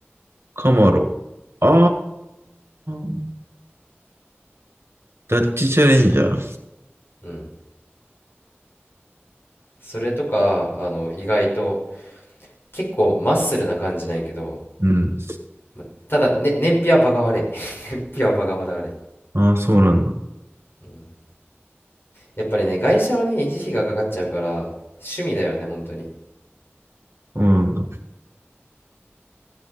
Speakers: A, on the right; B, on the left.
A: カマロ。あー。ダッチチャレンジャー。
B: うん。それとか、あの、意外と、結構マッスルな感じなんやけど、
A: うん。
B: まただ、ね、燃費はバカ悪い。<laughs> 燃費はバカほど悪い。
A: ああ、そうなんだ。
B: うんやっぱりね、外車はね、維持費がかかっちゃうから、趣味だよね、本当に。っ
A: そうなんだ。